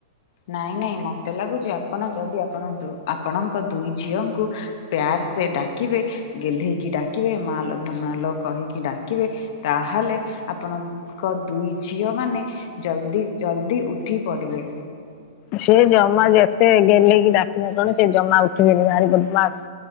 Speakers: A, on the left (about 60°); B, on the left (about 35°).
A: ନାଇଁ, ନାଇଁ, ମତେ ଲାଗୁଚି, ଆପଣ ଯଦି ଆପଣ ଦୁ ଆପଣଙ୍କ ଦୁଇ ଝିଅଙ୍କୁ ପ୍ୟାର୍ ସେ ଡାକିବେ, ଗେଲ୍ହେଇକି ଡାକିବେ, ମାଁ ଆଲୋ, ଧନ ଲୋ କହିକି ଡାକିବେ, ତାହେଲେ ଆପଣଙ୍କ ଦୁଇ ଝିଅ ମାନେ ଜଲ୍ଦି ଜଲ୍ଦି ଉଠି ପଡିବେ।
B: ସେ ଜମା ଯେତେ ଗଲ୍ହେଇକି ଡାକିନେ କଣ ସେ ଜମା ଉଠିବେନି ଭାରି ବଦମାସ।